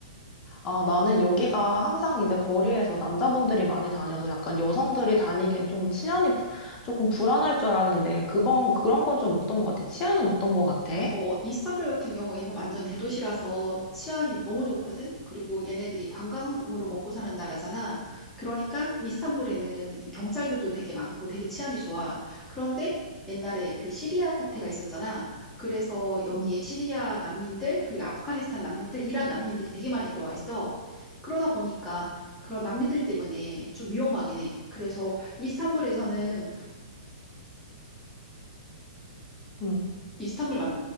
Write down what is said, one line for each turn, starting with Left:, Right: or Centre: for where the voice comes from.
Left: 아, 나는 여기가 항상 이제 거리에서 남자분들이 많이 다녀서 약간 여성들이 다니기엔 좀 치안이 부- 조금 불안할 줄 알았는데, 그건, 그런 건 좀 어떤 것 같아? 치안은 어떤 것 같아?
Centre: 어, 이스탄불 같은 경우에는 완전 대도시라서 치안이 너무 좋거든? 그리고 얘네들이 관광으로 먹고 사는 나라잖아. 그러니까 이스탄불에는 경찰들도 되게 많고 되게 치안이 좋아. 그런데 옛날에 그 시리아 사태가 있었잖아. 그래서 여기에
Left: 응
Centre: 시리아 난민들, 그리고 아프가니스탄 난민들, 이란 난민들이 되게 많이 들어와 있어. 그러다 보니까 그런 난민들 때문에 좀 위험하긴 해. 그래서 이스탄불에서는
Left: 응,
Centre: 이스탄불, 맘-